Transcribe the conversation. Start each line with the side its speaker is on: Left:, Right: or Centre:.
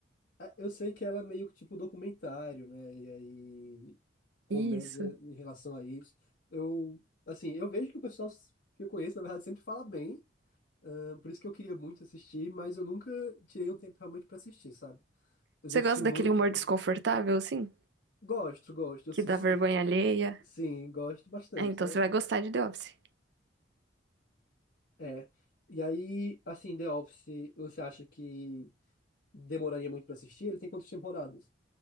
Left: Ah, Eu sei que ela é meio que tipo documentário, né? E aí comédia
Right: Isso.
Left: em relação a isso. Eu, assim, eu vejo que o pessoal que eu conheço, na verdade, sempre fala bem, ah, por isso que eu queria muito assistir, mas eu nunca tirei um tempo realmente pra assistir, sabe? Eu
Right: Você
Left: já assisti
Right: gosta
Left: muito.
Right: daquele humor desconfortável, assim?
Left: Gosto, gosto. Eu,
Right: Que
Left: sim,
Right: dá
Left: <laughs>
Right: vergonha alheia?
Left: sim, gosto bastante,
Right: É, então
Left: né?
Right: você vai gostar de The Office.
Left: É. E aí, assim, The Office, você acha que demoraria muito pra assistir? Ele tem quantas temporadas?